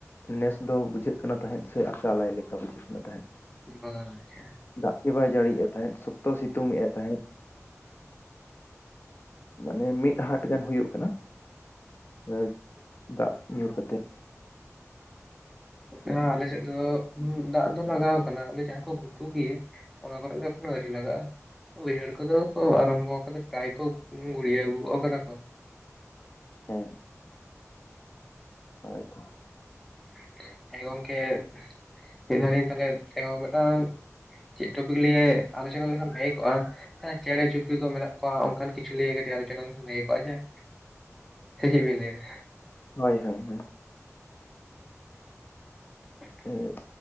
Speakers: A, on the left; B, in the centre.
A: ᱱᱮᱥ ᱫᱚ ᱵᱩᱡᱷᱟᱹᱜ ᱠᱟᱱᱟ ᱛᱟᱦᱮᱸᱫ ᱥᱮ ᱟᱠᱟᱞᱟᱭ ᱞᱮᱠᱟ ᱵᱩᱡᱷᱟᱹᱜ ᱠᱟᱱᱟ ᱛᱟᱦᱮᱸᱫ
B: ᱵᱟᱹᱪᱷᱟ
A: ᱫᱟᱜ ᱜᱮ ᱵᱟᱭ ᱡᱟᱹᱲᱤᱭ ᱮ ᱛᱟᱦᱮᱸᱫ ᱥᱚᱠᱛᱚ ᱥᱤᱛᱩᱝ ᱮᱫ ᱛᱟᱦᱮᱸᱫ ᱢᱟᱱᱮ ᱢᱤᱫ ᱦᱟᱴ ᱜᱟᱱ ᱦᱩᱭᱩᱜ ᱠᱟᱱᱟ ᱟᱹᱡ ᱫᱟᱜ ᱧᱩᱨ ᱠᱟᱛᱮᱫ᱾
B: ᱦᱮᱸ ᱟᱞᱮ ᱥᱮᱫ ᱫᱚ ᱫᱟᱜ ᱫᱚ ᱞᱟᱜᱟᱣ ᱠᱟᱱᱟ ᱟᱞᱮ ᱡᱟᱦᱟᱸ ᱠᱚ ᱜᱷᱩᱴᱩ ᱜᱮᱭᱟ ᱚᱱᱟ ᱠᱚᱨᱮ ᱫᱚ ᱮᱠᱷᱚᱱᱳ ᱟᱹᱣᱨᱤ ᱞᱟᱜᱼᱟ ᱵᱟᱭᱸᱦᱟᱲ ᱠᱚᱫᱚ ᱠᱚ ᱟᱨᱟᱢᱵᱚ ᱠᱟᱫᱟ ᱯᱨᱟᱭ ᱠᱚ ᱜᱩᱲᱭᱹᱟᱶ ᱜᱚᱜ ᱠᱟᱫᱟ ᱠᱚ
A: ᱦᱩᱸ ᱦᱚᱭᱛᱚ
B: <unintelligible> ᱪᱮᱫ ᱴᱚᱯᱤᱠ ᱞᱤᱭᱮ ᱟᱞᱳᱪᱚᱱᱟ ᱞᱮᱠᱷᱟᱱ ᱵᱷᱟᱜᱮ ᱠᱚᱜᱼᱟ ᱦᱮᱸ ᱪᱮᱬᱮ ᱪᱩᱯᱲᱤ ᱠᱚ ᱢᱮᱱᱟᱜ ᱠᱚᱣᱟ ᱚᱱᱠᱟᱱ ᱠᱤᱪᱷᱩ ᱞᱟᱹᱭᱮ ᱜᱮ ᱠᱟᱹᱴᱤᱡ ᱟᱞᱳᱪᱚᱱᱟ ᱞᱮᱠᱷᱟᱱ ᱵᱷᱟᱜᱮ ᱠᱚᱜᱼᱟ ᱡᱮᱸ ᱥᱮ ᱪᱮᱫ ᱵᱤᱱ ᱞᱟᱹᱭ ᱫᱟ
A: ᱦᱳᱭ ᱦᱳᱭ ᱦᱳᱭ
B: ᱦ
A: ᱚᱸᱜᱼᱚᱸᱜ